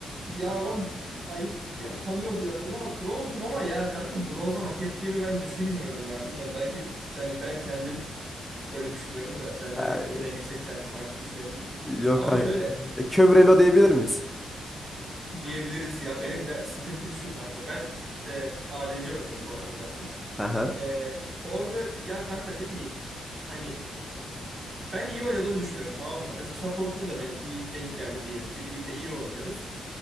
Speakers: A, on the right; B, in the centre.
A: Ya ben ayıp yani utanıyorum birazcık ama bronzum ama ya kanka bronzu hak ettiğimi ben düşünmüyorum ya. Bilmiyorum belki yani ben kendim öyle düşünüyorum da sen
B: Ee,
A: de belki oyuna girsek sen farklı düşünebilirsin.
B: yok
A: Ama
B: kanka.
A: şöyle
B: E, Kövrelo diyebilir miyiz?
A: diyebiliriz ya benim de sıkıntım şu kanka. Ben e, ADC oynuyorum bu arada daha çok.
B: Aha,
A: E, orada ya kanka ne bileyim hani ben iyi oynadığımı düşünüyorum tamam mı? Mesela supportum da benim iyi denk geldi diyelim ki birlikte iyi oynuyoruz.